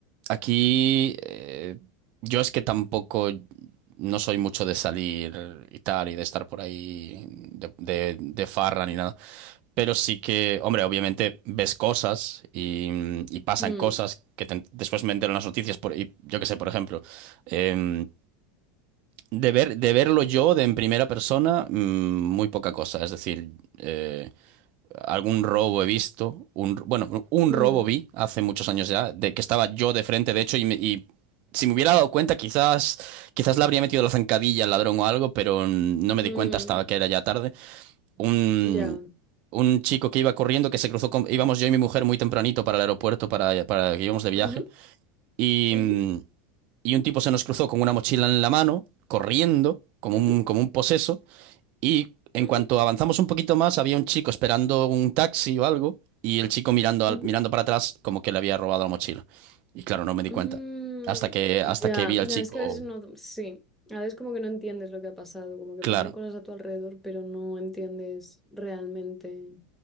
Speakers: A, on the right (about 45°); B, in the centre.
A: Aquí eh, yo es que tampoco no soy mucho de salir y tal y de estar por ahí de, de, de farra ni nada. Pero sí que, hombre, obviamente ves cosas y, y pasan
B: Mm,
A: cosas que te- después me entero en las noticias. Por, y yo qué sé, por ejemplo, em, de ver, de verlo yo de en primera persona, mm, muy poca cosa. Es decir, eh, algún robo he visto, un, bueno, un
B: mm,
A: robo vi hace muchos años ya, de que estaba yo de frente, de hecho, y, me- y si me hubiera dado cuenta, quizás, quizás le habría metido la zancadilla al ladrón o algo, pero mm, no me
B: mm,
A: di cuenta hasta que era ya tarde. Un,
B: ya.
A: un chico que iba corriendo, que se cruzó con, íbamos yo y mi mujer muy tempranito para el aeropuerto, para, para que íbamos de viaje,
B: Ujú,
A: y,
B: ujú,
A: mm, y un tipo se nos cruzó con una mochila en la mano, corriendo, como
B: ujú,
A: un, como un poseso. Y en
B: ujú,
A: cuanto avanzamos un poquito más, había un chico esperando un taxi o algo, y el chico mirando,
B: ujú,
A: al- mirando
B: ujú.
A: para atrás como que le había robado la mochila. Y claro, no me di
B: Mm,
A: cuenta. Hasta que, hasta
B: ya,
A: que vi
B: no,
A: al chico,
B: es que a veces no, sí, a veces como que no entiendes lo que ha pasado, como que
A: claro.
B: pasan cosas a tu alrededor, pero no entiendes realmente,